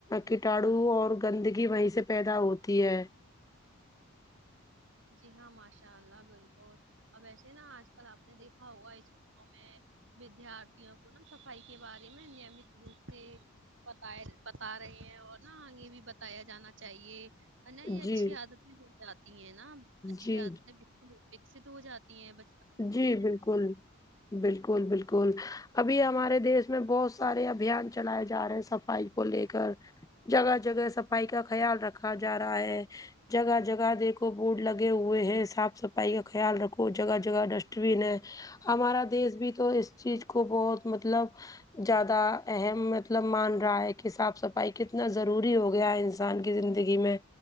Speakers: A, on the left; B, on the right.
A: کٹاڑو اور گندگی وہیں سے پیدا ہوتی ہے
B: جی ہاں ماشاء اللہ بالکل اب وسے نا آج کل آپ نے دیکھا ہو اس میں ودیارتھیوں کو نا صفائی کے بارے میں نیمت روپ سے بتائے بتا رہے ہیں اور نا یہ بھی بتایا جانا چاہیے نا یہ اچھی
A: جی
B: عادتیں بن جاتی ہیں نا اچھی
A: جی
B: عادتیں بالکل وکست ہو جاتی ہیں ب
A: جی بالکل بالکل بالکل ابھی ہمارے دیش میں بہت سارے ابھیان چلائے جا رہے ہیں صفائی کو لے کر جگہ جگہ صفائی کا خیال رکھا جا رہا ہے جگہ جگہ دیکھو بورڈ لگے ہوئے ہیں صاف صفائی کا خیال رکھو جگہ جگہ ڈسٹ بین ہے ہمارا دیس بھی تو اس چیز کو بہت مطلب جیادہ اہم مطلب مان رہا ہے کہ صاف صفائی کتنا ضروری ہو گیا ہے انسان کی زندگی میں